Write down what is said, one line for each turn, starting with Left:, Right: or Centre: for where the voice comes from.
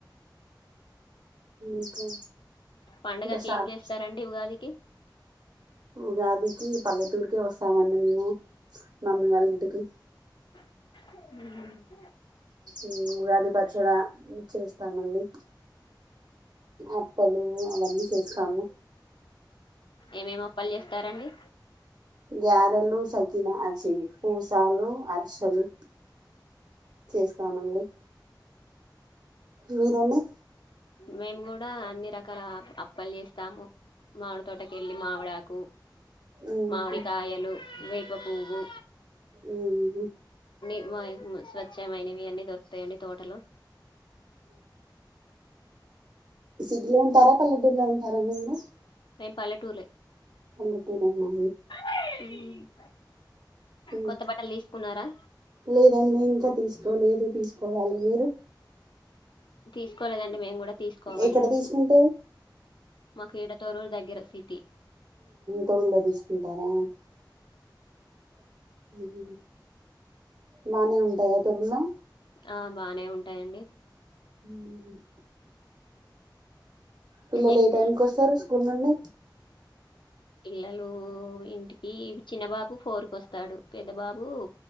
Right: ఇంకా
Left: పండుగకి
Right: ఇంకా స్టార్ట్
Left: ఏం చేస్తారండి ఉగాదికి
Right: ఉగాదికి పల్లెటూరికే వస్తామండి మేము నమ్మీ వాళ్ళ ఇంటికి
Left: ఉ
Right: ఉ ఉగాది పచ్చడా చేస్తామండి అప్పలు అవన్నీ చేస్తాము
Left: ఏమేమి అప్పాలు చేస్తారండి.
Right: గ్యారలు సకినా అచి పూసాలు అర్షలు చేస్తామండి. మీరండి
Left: మేము కూడా అన్ని రకాల అ అప్పాలు చేస్తాము మామిడి తోటకి వెళ్ళి మావిడాకు
Right: ఉహు.
Left: మామిడి కాయలు వేప పువ్వు
Right: ఊహు
Left: <inaudible> స్వచ్ఛమైనవి అన్నీ దొరుకుతాయండి తోటలో
Right: సిటీలో ఉంటారా పల్లెటూరిలో ఉంటారా అండి మీరు
Left: మేం పల్లటుర్లే
Right: పల్లటూరెనా
Left: ఉమ్
Right: ఉహు.
Left: కొత్త బట్టలు తీసుకున్నారా
Right: లేదండి ఇంకా తీసుకోలేదు తీసుకోవాలి మీరు
Left: తీసుకోలేదండి మేమ్ కూడా తీసుకోవాలి
Right: ఎక్కడ తీసుకుంటారు
Left: మాక్ ఇడ తోర్రూర్ దగ్గర సిటీ
Right: తొరులో తీసుకుంటారా <unintelligible> బానే ఉంటయా తోర్రులో
Left: ఆ బానే ఉంటాయండి
Right: ఉమ్ పిల్లలు
Left: ఇంట్లో
Right: ఏ టైముకి ఓస్తారు స్కూల్ నుండి
Left: పిల్లలూ ఇంటికీ చిన్నబాబు ఫోరుకొస్తాడు పెద్ద బాబు